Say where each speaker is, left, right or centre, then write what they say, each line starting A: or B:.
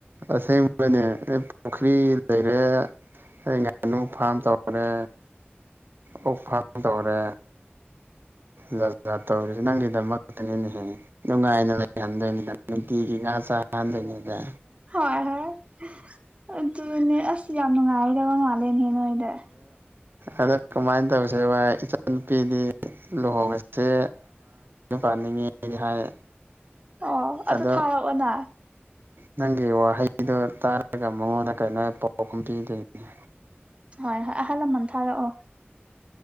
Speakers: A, on the right; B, on the right.
A: ꯑꯁꯦꯡꯕꯅꯦ ꯑꯩ ꯄꯨꯈ꯭ꯔꯤ ꯂꯩꯔꯦ ꯑꯩ ꯉꯥꯅꯨ ꯐꯥꯝ ꯇꯧꯔꯦ ꯑꯣꯐꯐꯥꯜ ꯇꯧꯔ ꯖꯥꯖꯥ ꯇꯧꯔꯤꯁꯦ ꯅꯪꯒꯤꯗꯃꯛꯇꯅꯤꯅ ꯍꯦꯉꯤ ꯅꯨꯡꯉꯥꯏꯅ ꯂꯩꯍꯟꯗꯣꯏꯅꯤꯗ ꯅꯨꯡꯇꯤꯒꯤ ꯉꯥ ꯆꯥꯍꯟꯗꯣꯏꯅꯤꯗ
B: ꯍꯣꯏ ꯍꯣꯏ ꯑꯗꯨꯅꯦ ꯑꯁ ꯌꯥꯝ ꯅꯨꯡꯉꯥꯏꯗꯕ ꯃꯥꯜꯂꯦ ꯦꯟꯅꯣꯣꯏꯗ
A: ꯑꯗꯣ ꯀꯃꯥꯏꯅ ꯇꯧꯁꯦ ꯚ ꯏꯆꯟꯅꯨꯄꯤꯗꯤ ꯂꯨꯍꯣꯡꯕꯁꯦ ꯄꯥꯅꯤꯡꯉꯦ ꯍꯥꯏ
B: ꯑꯣ ꯑꯗꯨ
A: ꯑꯗꯣ
B: ꯊꯥꯔꯛꯑꯣꯅ
A: ꯅꯪꯒꯤ ꯋꯥꯍꯩꯗꯨꯣ ꯇꯥꯔꯒ ꯃꯉꯣꯟꯗ ꯀꯩꯅꯣ ꯄꯥꯎꯒꯨꯝ ꯄꯤꯗꯣꯏꯅꯦ
B: ꯍꯣꯏ ꯑꯍꯜ ꯂꯃꯟ ꯊꯥꯔꯛꯑꯣ